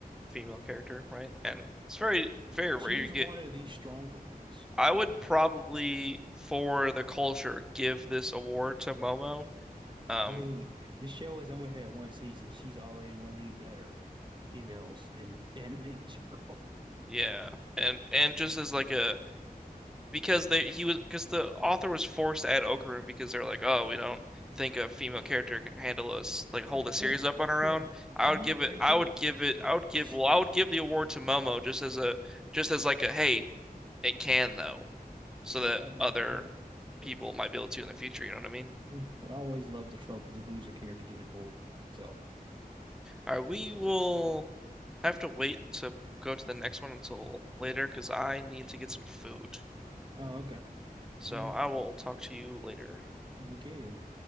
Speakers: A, in the centre; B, on the right.
A: female character, right? And it's very very
B: She
A: rare you
B: is
A: get.
B: one of the stronger ones.
A: I would probably, for the culture, give this award to Momo. Um,
B: I mean, the show has only had one season. She's already one of the better females in <laughs> anime in general. <laughs>
A: yeah, and and just as like a because they he was because the author was forced to add Okarun because they're like, oh, we don't think a female
B: Yeah,
A: character can handle us like hold
B: Mm,
A: a series
B: yeah,
A: up on her
B: yeah.
A: own. I
B: and
A: would
B: he's
A: give
B: great
A: it, I
B: too.
A: would give it, I would give,
B: <laughs>
A: well, I would give the award to Momo just as a just as like a hey, it can though, so
B: But
A: that
B: I, yeah,
A: other
B: but
A: people
B: yeah,
A: might be able to in the future. You know what I mean?
B: Mm, but I always loved the trope of the loser character getting cool. So,
A: All right, we will have to wait to go to the next one until later because I need to get some food.
B: oh, okay,
A: So
B: all right,
A: I will talk to you later.
B: okay then.